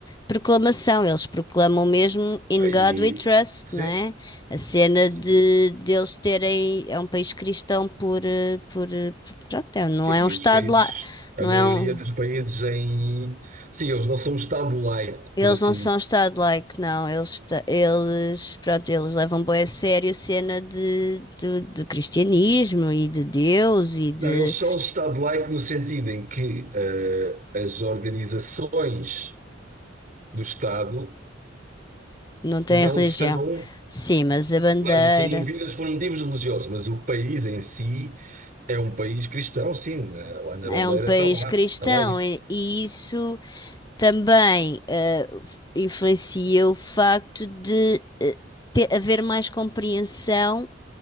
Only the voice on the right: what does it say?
E,
sim,
sim,
sim, e
os países,
a
maioria
dos países em. Sim, eles não são um Estado laico,
por assim
dizer.
Não, eles são um Estado laico no sentido em que uh, as organizações do Estado
não
são,
claro, não são movidas por motivos religiosos, mas o país em si é um país cristão, sim, né? lá na
bandeira
está lá,
está lá isso.